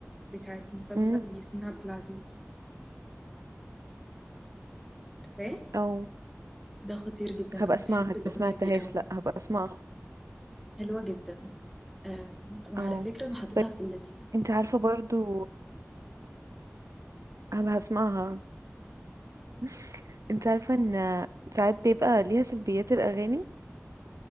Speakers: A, in the centre; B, on the right.
A: بتاعت مسلسل
B: امم
A: ياسمين عبد العزيز فاهم؟
B: او
A: ده خطير جدا
B: هبقى
A: انا
B: اسمعها
A: بحب
B: دي
A: الاغنيه
B: ما سمعتهاش
A: دي قوي
B: لا هبقى اسمعها
A: حلوه جدا أم، وعلى
B: او
A: فكره انا حطيتها
B: طيب
A: في الليست
B: انت عارفة برضو هبقى اسمعها <laughs> انت عارفة ان ساعات بيبقى ليها سلبيات الاغاني